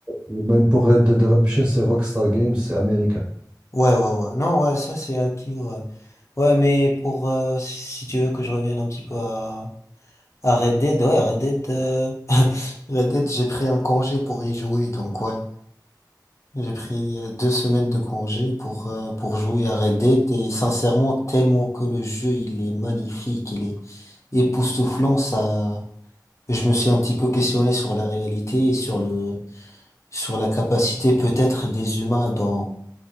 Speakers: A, on the right (about 20°); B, on the left (about 40°).
A: Même pour Red Dead Redemption, c'est Rockstar Games, c'est américain.
B: ouais, ouais, ouais. Non, ouais, ça c'est acquis, ouais. Ouais, mais pour, euh, si tu veux que je revienne un petit peu à, à Red Dead, ouais, Red Dead, euh, <laughs> Red Dead, j'ai pris un congé pour y jouer, donc ouais. J'ai pris euh, deux semaines de congé pour, euh, pour jouer à Red Dead et sincèrement, tellement que le jeu, il est magnifique, il est époustouflant, ça, je me suis un petit peu questionné sur la réalité et sur le, sur la capacité peut-être des humains dans,